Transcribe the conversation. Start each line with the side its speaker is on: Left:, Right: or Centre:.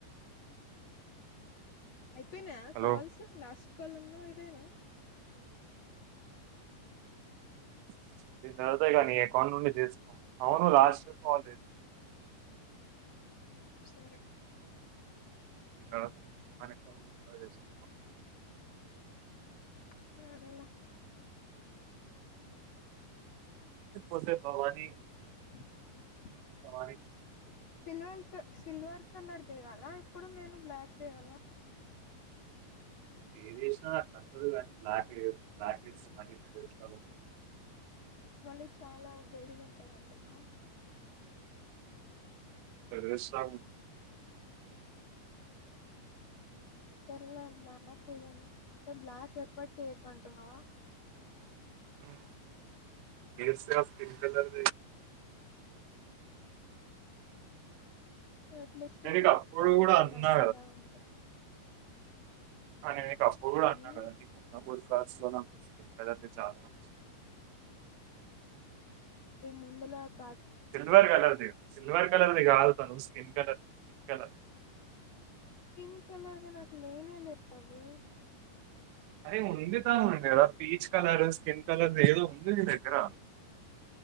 Left: అయిపొయినా
Right: హలో
Left: కాల్స్ లాస్ట్ కలన్నవ్ ఇదేనా
Right: <inaudible> నాదేగా నీ అకౌంట్ నుండి చేసుకో అవును లాస్ట్ కాల్ లేదు
Left: సరే
Right: ఇంకా అనకు వదిలేసుకుందాం
Left: సరేలా
Right: ఇటు పోతే భవాని
Left: <inaudible>
Right: భవాని
Left: సిల్వంకు సిల్వర్ కలర్ చేయాలా ఇప్పుడు నేను బ్లాక్ తేయ్యాల
Right: ఏం చేసినా కల్తది కానీ బ్లాక్ చెయ్యొద్దు బ్లాక్స్ చేస్తే మ
Left: మళ్ళీ చాలా వేడిగా ఉంటదాంటన
Right: థెర్సామ్
Left: సరేలే అన్న బ్లాక్ కేయను అంటే బ్లాక్ ఎప్పటి కేయ క్ అంటున్నావ
Right: ఉమ్ డ్రెస్సెస్ స్కన్ కలర్
Left: అట్లీస్ట్
Right: నేను నీకు
Left: బుర్కాల
Right: అప్పుడు
Left: ఉండవు
Right: కూడా అన్నా
Left: నైటిలా ఉంటాయి
Right: అ నైనిక స్కూలు కూడా
Left: అన్
Right: ఉన్న కద ఇంటికి పో నాకు వర్క్ రాసుకోన లేదంటే చాల మంది
Left: ముందుల పా
Right: సిల్వర్ కలర్ది సిల్వర్ కలర్దిగాదు తను skin colour skin colour
Left: skin colour ది నాకు లేనే లేదబే
Right: అరే ఉంది తాను ఉంది కదా పీచ్ కలర్ స్కిన్ కలర్ ఏదో ఉంది నీ దగ్గర